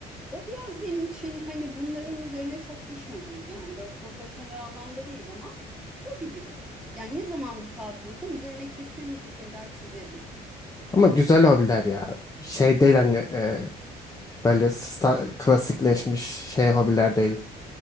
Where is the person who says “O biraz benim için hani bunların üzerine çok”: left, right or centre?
Centre